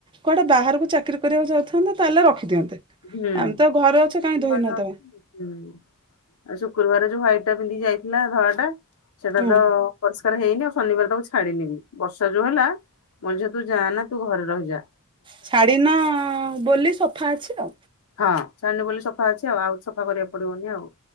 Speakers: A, on the right; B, on the left.
A: କୁଆଡେ ବାହାରକୁ ଚାକିରି କରିବାକୁ ଯାଉଥାନ୍ତେ ତାହେଲେ ରଖିଦିଅନ୍ତେ।
B: ହୁଁ
A: ଆମେ ତ ଘରେ ଅଛ କାହିଁ ଧୋଇ
B: ଘରେ
A: ନଦେବ।
B: ଅଛି ହୁଁ ଆଉ ଶୁକ୍ରବାରେ ଯୋଉ ହ୍ୱାଇଟ ଟା ପିନ୍ଧିକି ଯାଇଥିଲା ଧଳା ଟା ସେଟା
A: ହଁ।
B: ତ ପରିଷ୍କାର ହେଇନି ଆଉ ଶନିବାର ତାକୁ ଛାଡିନି ବ ର୍ଷା ଯୋଉ ହେଲା ମୋ ଝିଅ ତୁ ଯା ନା ତୁ ଘରେ ରହି ଯା।
A: ଛାଡ଼ିନ ବୋଲି ସଫା ଅଛି ତ।
B: ହଁ <unintelligible> ଅଛି ଆଉ ଆଉ ସଫା କରିବାକୁ ପଡିବନି ଆଉ।